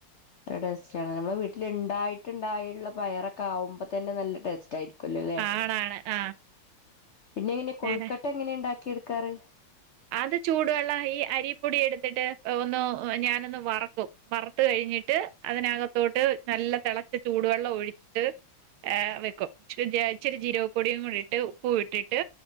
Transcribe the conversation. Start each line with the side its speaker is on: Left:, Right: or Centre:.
Left: നല്ല ടേസ്റ്റാണ് ഞമ്മളെ വീട്ടിലിണ്ടായിട്ട്ണ്ടായ്ള്ള പയറെതക്കാവ്മ്പ തന്നെ നല്ല ടേസ്റ്റായിരി കൊല്ലുലേ
Right: ആണാണ് ആഹ്
Left: പിന്നെ എങ്ങനെ കൊഴുക്കട്ട
Right: ഞാന്
Left: എങ്ങനെയുണ്ടാക്കി എട്ക്കാറ്?
Right: അത് ചൂടുവെള്ളം ഈ അരിപ്പൊടി എട്ത്തിട്ട് ഒന്നു ഞാനൊന്ന് വറക്കും. വറ്ത്ത് കഴിഞ്ഞിട്ട് അതിനകത്തോട്ട് നല്ല തെളച്ച ചൂടുവെള്ളം ഒഴിച്ച്. ഏഹ് വെക്കും ച്ചി ഏ ഇച്ചിരി ജീരകപ്പൊടിയും കൂടെ ഇട്ട് ഉപ്പുവിട്ടിട്ട്.